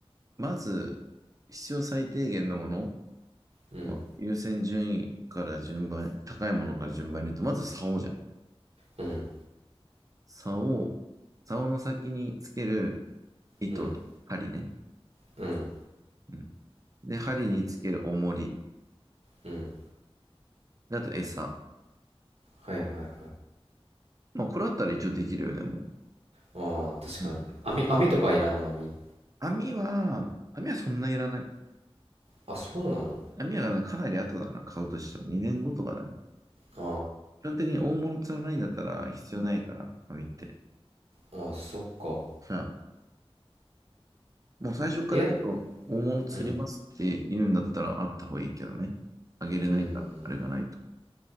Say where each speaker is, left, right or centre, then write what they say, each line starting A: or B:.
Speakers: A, on the right (about 35°); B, on the right (about 85°).
A: まず、必要最低限のもの、
B: うん、
A: まあ、優先順位から順番、高いものから順番に言うと、まず竿じゃん。
B: うん、
A: 竿、竿の先につける糸と針ね。
B: うん、うん、
A: うん。で、針につける重り。
B: うん。
A: であと餌。
B: はいはいはい。
A: まあ、これあったら一応できるよね、も
B: ああ、確かに。
A: う。うん。
B: 網、網とかいらんの網。
A: 網は、網はそんないらない。
B: あ、そうなの
A: 網はかなり後だな、買うとしても。2年後とかだね。
B: あ
A: 基本的に大物釣らないんだったら必要ないから、網って。
B: あー、あ、そっか。
A: さあ、もう最初からけど、
B: えや
A: 大物釣りますって言うんだったらあった方がいいけどね。
B: うん
A: あげれないから、
B: うーん
A: あれがないと。